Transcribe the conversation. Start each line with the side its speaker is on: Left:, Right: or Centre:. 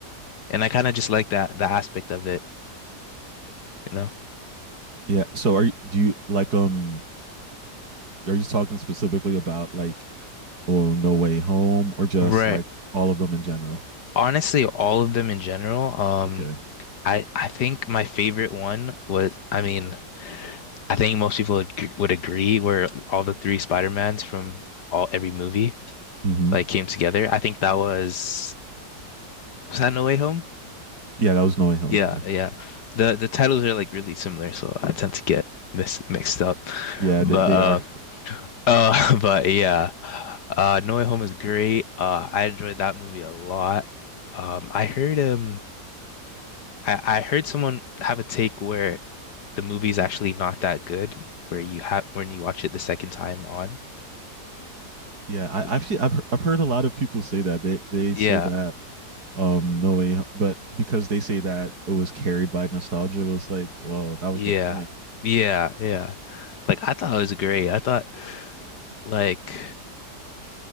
Left: and I kind of just like that the aspect of it, you know?
Right: Yeah. So are you, do you like um are you talking specifically about like oh No Way Home or just
Left: Right.
Right: like all of them in general?
Left: Honestly, all of them in general. Um,
Right: Okay.
Left: I I think my favorite one was, I mean, I think most people would, would agree were all the three Spider-Mans from all every movie.
Right: Mm-hmm.
Left: like came together. I think that was was that No Way Home?
Right: Yeah, that was No Way Home.
Left: Yeah,
Right: Yeah.
Left: yeah. The the titles are like really similar, so I tend to get mis mixed up.
Right: Yeah,
Left: But
Right: they, they
Left: uh
Right: are.
Left: uh <laughs> but yeah. Uh No Way Home is great. Uh I enjoyed that movie a lot. Um I heard um I, I heard someone have a take where the movie's actually not that good where you have when you watch it the second time on.
Right: <laughs> yeah, I
Left: Which
Right: actually I've he- I've heard a lot of people say that. They they
Left: yeah.
Right: say that um No Way Ho- but because they say that it was carried by nostalgia, it was like, well, that was
Left: Yeah.
Right: the point.
Left: Yeah. Yeah. Like I thought it was great. I thought like